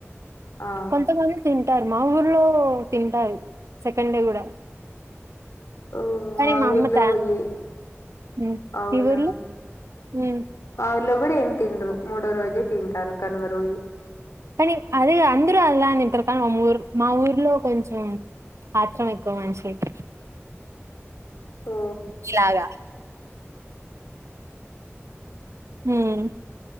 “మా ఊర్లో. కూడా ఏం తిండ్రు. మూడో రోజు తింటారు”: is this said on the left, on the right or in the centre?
Left